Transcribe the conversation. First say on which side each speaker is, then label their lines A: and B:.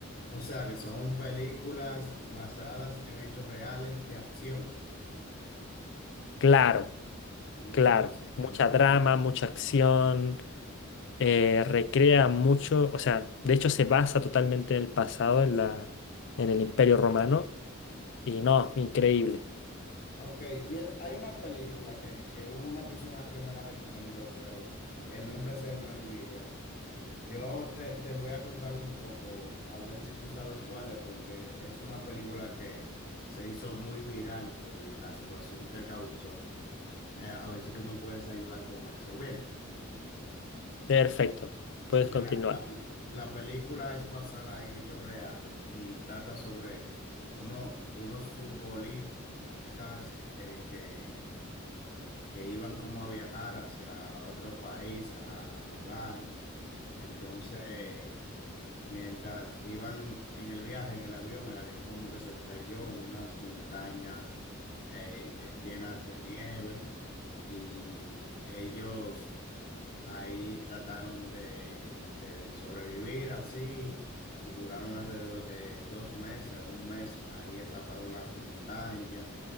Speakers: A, on the left (about 45°); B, on the left (about 60°).
A: O sea, que son películas basadas en hechos reales de acción.
B: Claro,
A: Uy,
B: claro,
A: se-
B: mucha
A: muy
B: drama,
A: buena. mi-
B: mucha acción, eh, recrea mucho, o sea, de hecho se basa totalmente en el pasado, en la, en el Imperio Romano Y no, increíble.
A: Ok, mira, hay una película que, que hubo una persona que me la recomendó, pero el nombre se me olvidó. Yo te, te voy a contar un poco, a ver si tú sabes cuál es, porque es una película que se hizo muy viral por la situación que causó. Eh, a ver si tú me puedes ayudar con eso. Bien.
B: Perfecto. Puedes
A: Mira,
B: continuar.
A: la, la- la película es basada en hechos reales y trata sobre uno- unos futbolistas que, que- que- que iban como a viajar hacia otro país a, a jugar. Entonces, mientras iban en el viaje, en el avión, el avión como que se estrelló en unas montañas eh, eh, llenas de nieve y ellos Ahí trataron de, de sobrevivir así y duraron alrededor de dos meses o un mes ahí atrapados en las montañas.